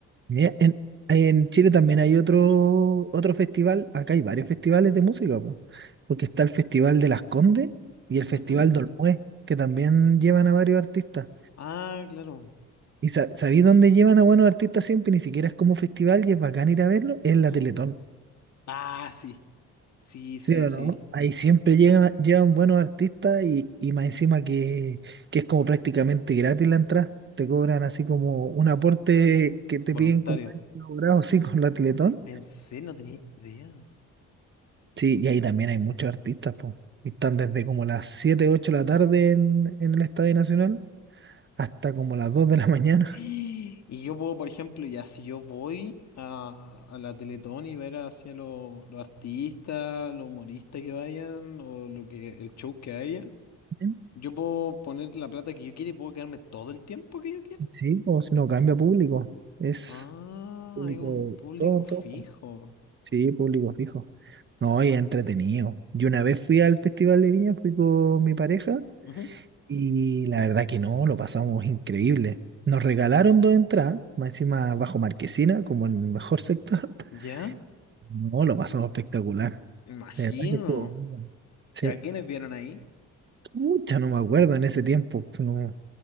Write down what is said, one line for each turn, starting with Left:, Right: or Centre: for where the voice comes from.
Right: Mira, en, en Chile también hay otro, otro festival, acá hay varios festivales de música, po, porque está el Festival de Las Condes y el Festival
Left: Ujú.
Right: de Olmué, que también llevan a varios artistas.
Left: Ah, claro.
Right: ¿Y sa- sabí dónde llevan a buenos artistas siempre? Ni siquiera es como festival y es bacán ir a verlo, es la
Left: ¿Mm?
Right: Teletón.
Left: Ah, sí, sí,
Right: ¿Sí
Left: sí,
Right: o
Left: sí.
Right: no? Ahí siempre llegan, llevan buenos artistas y, y más encima que, que es como prácticamente gratis la entrada. Te cobran así como un aporte que te
Left: Voluntario.
Right: piden como elaborado <laughs> así con la Teletón.
Left: En serio, no tenía idea.
Right: Sí, y ahí también hay muchos artistas, pues. Y están desde como las 7 8 de la tarde en, en el Estadio Nacional hasta como las dos de la <laughs> mañana.
Left: <gasps> Y yo puedo, por ejemplo, ya si yo voy a, a la Teletón y ver hacia los los artistas, los humoristas que vayan o lo que el show que haya,
Right: Ujú.
Left: yo puedo poner la plata que yo quiera y puedo quedarme todo el tiempo que yo quiera.
Right: Sí, o si no cambia público. Es
Left: Ah,
Right: público
Left: hay un público
Right: todo,
Left: fijo.
Right: todo. Sí, público fijo. No, y es entretenido. Yo una vez fui al Festival de Viña, fui con mi pareja
Left: Ujú.
Right: y la verdad que no, lo pasamos increíble. Nos regalaron dos entradas, más encima bajo Marquesina, como en el mejor sector. <laughs>
Left: ¿Ya?
Right: No, lo pasamos espectacular.
Left: Imagino.
Right: De verdad que estuvo muy bueno. Sí.
Left: ¿Y a quiénes vieron ahí?
Right: Mucha, no me acuerdo en ese tiempo. No,